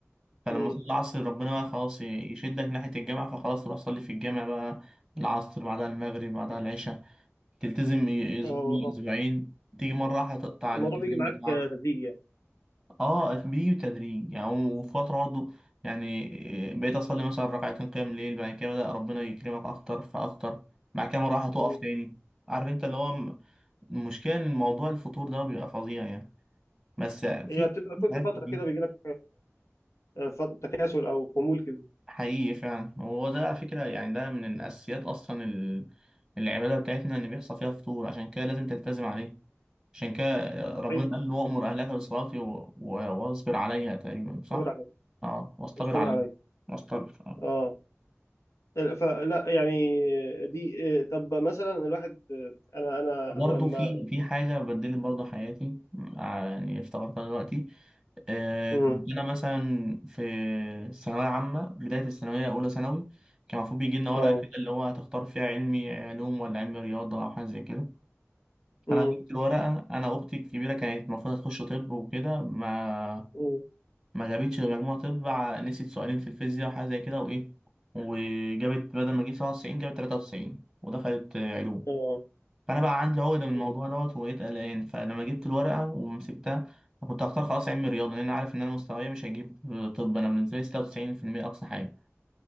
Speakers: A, in the centre; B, on the left.
A: فلما
B: امم
A: أصلي العصر ربنا بقى خلاص يشدك ناحية الجامع فخلاص تروح أصلي في الجامع بقى العصر بعدها المغرب بعدها العشاء تلتزم اسبوع
B: اه اه
A: اسبوعين تيجي مره واحده تقطع
B: الموضوع
A: الالتزام
B: بيجي معاك
A: بتاعك
B: آه، تدريجي يعني
A: اه بيجي بتدريج يعني وفتره برضه يعني آه، بقيت اصلي مثلا ركعتين قيام الليل بعد كده بدا ربنا يكرمك اكتر فاكتر بعد كده مره واحده تقف
B: امم
A: تاني عارف انت اللي هو م- المشكله ان موضوع الفطور ده بيبقى فظيع يعني بس في
B: هي بتبقى كل
A: حاجات
B: فتره
A: كتير.
B: كده بيجي لك آه، ف- تكاسل او خمول كده
A: حقيقي فعلا هو ده على فكره يعني ده من الاساسيات اصلا ال- العباده بتاعتنا ان بيحصل فيها فطور عشان كده لازم تلتزم عليه عشان كده ربنا
B: اي
A: قال له وأمر أهلك بالصلاة و- و- واصبر عليها تقريبا صح؟
B: اصبر عليا
A: اه واصطبر
B: اصبر
A: عليها
B: عليا
A: واصطبر اه
B: اه فلا يعني دي آه، طب مثلا الواحد آه، انا انا
A: برضه
B: لما
A: في في حاجة بدلت برضه حياتي آه، يعني افتكرتها دلوقتي آه
B: امم
A: كنت أنا مثلا في الثانوية العامة بداية الثانوية أولى ثانوي كان المفروض بيجي لنا ورقة
B: اه
A: كده اللي هو هتختار فيها علمي علوم ولا علمي رياضة أو حاجة زي كده
B: امم
A: أنا جبت الورقة أنا أختي الكبيرة كانت المفروض هتخش طب وكده ما
B: امم
A: ما جابتش غير مجموع طب ع- نسيت سؤالين في الفيزياء وحاجة زي كده وإيه وجابت بدل ما تجيب 97 جابت 93 ودخلت آه، علوم
B: اه
A: فأنا بقى عندي عقدة من
B: ايوه
A: الموضوع دوت وبقيت قلقان فلما جبت الورقة ومسكتها كنت هختار خلاص علمي رياضة لأن أنا عارف إن أنا مستواي مش هجيب آه، طب أنا بالنسبة لي 96% أقصى حاجة